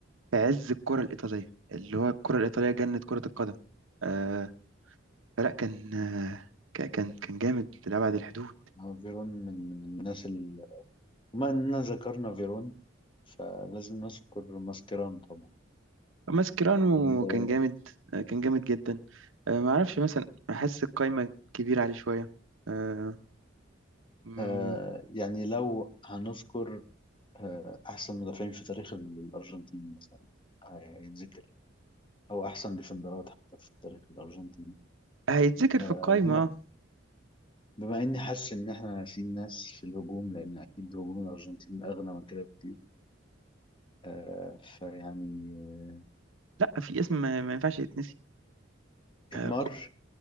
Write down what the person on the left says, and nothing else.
آه، فيرون من من الناس ال... بما اننا ذكرنا فيرون فلازم نذكر ماسكيران طبعا
ولا انت إيه
رأيك؟
آه يعني لو هنذكر آه احسن مدافعين في تاريخ ال- الارجنتين مثلا هيتذكر او احسن ديفندرات حتى في تاريخ الارجنتين
آه
بما,
بما اني حاسس ان احنا ناسيين ناس في الهجوم لان اكيد هجوم الارجنتين اغنى من كده بكتير آه فيعني آه،
نيمار